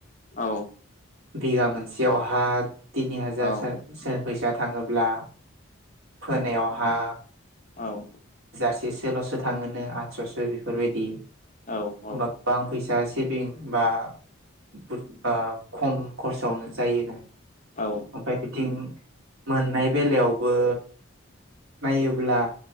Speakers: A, on the left; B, on the right.
A: औ
B: बिगा मोनसेयावहा तिनि हाजार
A: औ
B: सोर फैसा थाङोब्ला फोनायावहा
A: औ
B: हाजारसेसोल'सो थाङोनो आठस'सो बेफोरबायदि
A: औ औ
B: होमबा गोबां फै सा सिबिं बा ब खम खरसआवनो जायोनो
A: औ
B: ओमफ्राय बिथिं मोननाय बेलायावबो नायोब्ला